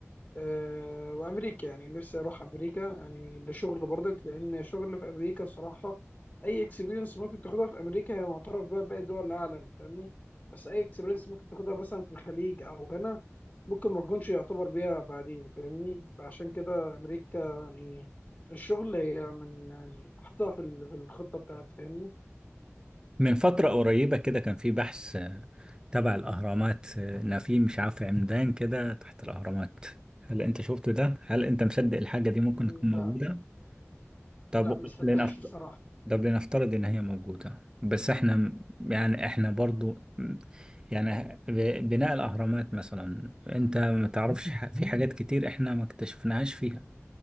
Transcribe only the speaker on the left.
آه، وامريكا يعني نفسي اروح امريكا يعني لشغل برضك لان شغل في امريكا الصراحه اي اكسبيرينس ممكن تاخدها في امريكا هي معترف بها باقي دول العالم فاهمني بس اي اكسبيرينس ممكن تاخدها مثلا في الخليج او هنا ممكن ما تكونش يعتبر بيها بعدين فاهمني فعشان كده امريكا يعني للشغل هي من يعني حطها في ال- في الخطه بتاعتي فاهمني
مم،
لا
لا ما صدقش
الصراحه